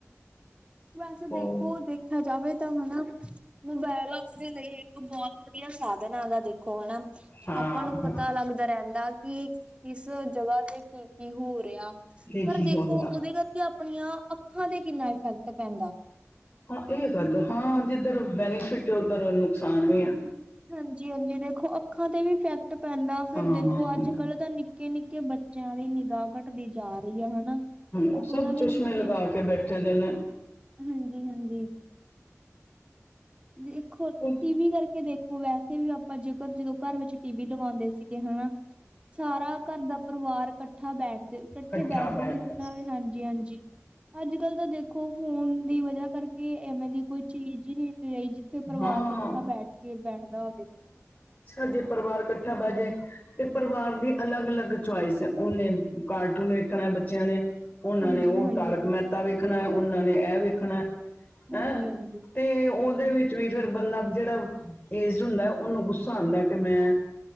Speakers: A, on the right (about 20°); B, on the left (about 25°).
A: ਵੈਸੇ
B: ਉਹ
A: ਦੇਖੋ ਦੇਖਿਆ ਜਾਵੇ ਤਾਂ ਹੈਨਾ ਮੋਬਾਇਲ ਅਪਨੇ ਲਈ ਇੱਕ ਬੋਤ ਵਦੀਆ ਸਾਧਨ ਐਗਾ ਦੇਖੋ ਹੈਨਾ।
B: ਹਾਂ
A: ਆਪਾਂ ਨੂੰ ਪਤਾ
B: ਹਾਂ
A: ਲੱਗਦਾ ਰੈਂਦਾ ਕਿ ਕਿਸ ਜਗਾ ਤੇ ਕੀ-ਕੀ ਹੋ ਰਿਆ।
B: ਇਹ
A: ਪਰ
B: ਕੀ
A: ਦੇਖੋ
B: ਹੋ ਰਿਹਾ
A: ਓਦੇ ਕਰਕੇ ਆਪਨੀਆਂ ਅੱਖਾਂ ਤੇ ਕਿੰਨਾ ਇਫੈਕਟ ਪੈਂਦਾ।
B: ਹਾਂ ਏ ਗੱਲ ਹਾਂ ਜਿੱਧਰ ਬੈਨੀਫਿਟ ਐ ਉੱਧਰ ਨੁਕਸਾਨ ਵੀ ਐ।
A: ਹਾਂਜੀ-ਹਾਂਜੀ ਦੇਖੋ ਅੱਖਾਂ ਤੇ ਵੀ ਇਫੈਕਟ ਪੈਂਦਾ ਫਿਰ
B: ਹਾਂ
A: ਦੇਖੋ ਆੱਜ ਕੱਲ ਤਾਂ ਨੀ ਕੇ-ਨਿੱਕੇ ਬੱਚਿਆਂ ਦੀ ਨਿਗਾਹ ਘਟਦੀ ਜਾ ਪਈਆ ਹੋਨਾ
B: ਉਹ ਸਭ
A: ਓਨਾਂ ਦੇ
B: ਚਸ਼ਮੇ
A: ਨਿੱਕੇ
B: ਲਗਾ
A: ਚ
B: ਕੇ ਬੈਠੇ ਦੇ ਨੇ
A: ਹਾਂਜੀ-ਹਾਂਜੀ। ਵੇਖੋ ਟੀ
B: ਹੂੰ
A: ਵੀ ਕਰਕੇ ਦੇ ਓ ਵੈਸੇ ਵੀ ਆਪਾਂ ਜੇਕਰ ਜਦੋਂ ਘਰ ਵਿੱਚ ਟੀ ਵੀ ਲਵਾਂਦੇ ਸੀਗੇ ਹੈਨਾ ਸਾਰਾ ਘਰ ਦਾ ਪਰਿਵਾਰ ਕੱਠਾ ਬੈਠਦੇ ਕੱਠੇ
B: ਇਕੱਠਾ
A: ਬੈਠਦੇ
B: ਬੈਠ
A: ਸੀ ਓਨਾਂ ਵੀ ਹਾਂਜੀ-ਹਾਂਜੀ। ਆੱਜ-ਕੱਲ ਤਾਂ ਦੇਖੋ ਫੋਨ ਦੀ ਵਜ੍ਹਾ ਕਰਕੇ ਐਵੇਂ ਦੀ ਕੋਈ ਚੀਜ਼ ਈ ਰਈ ਉਥੇ ਪਰਿਵਾਰ
B: ਹਾਂ
A: ਕੱਠਾ ਬੈਠ ਕੇ ਬੈਠਦਾ ਹੋਵੇ।
B: ਛ ਜੇ ਪਰਿਵਾਰ ਕੱਠਾ ਬੈਜੇ ਤੇ ਪਰਿਵਾਰ ਦੀ ਅਲੱਗ-ਅਲੱਗ ਚੁਆਇਸ ਐ ਓਨੇ ਕਾਰਟੂਨ ਵੇਖਨਾ ਬੱਚਿਆਂ ਨੇ ਓਨਾਂ
A: ਹਾਂਜੀ
B: ਨੇ ਓ
A: ਹਾਂਜੀ
B: ਤਾਰਕ ਮ੍ਹੈਤਾ ਵੇਖਨਾ ਐ ਓਨਾਂ ਨੇ ਐ ਵੇਖਨਾ
A: ਹਾਂਜੀ
B: ਐ।
A: ਹਾਂਜੀ ਹਾਂਜੀ
B: ਤੇ ਓਦੇ ਵਿੱ ਚ ਵੀ ਫੇਰ ਬੰਦਾ ਜੇੜਾ ਏਜਡ ਹੁੰਦਾ ਓਨੂੰ ਗੁੱਸਾ ਆਂਦਾ ਕਿ ਮੈਂ